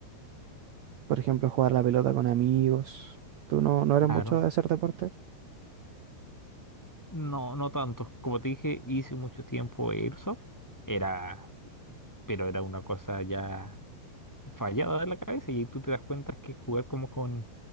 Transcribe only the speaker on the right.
Por ejemplo, jugar la pelota con amigos. ¿Tú no, no eres
mucho de hacer deporte?